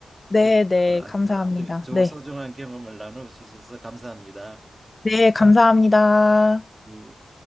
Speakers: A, on the left; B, on the right.
A: 네,
B: 그래서
A: 네.
B: 하여튼
A: 감사합니다.
B: 저
A: 네.
B: 소중한 경험을 나누셔서 감사합니다.
A: 네, 감사합니다.
B: 예.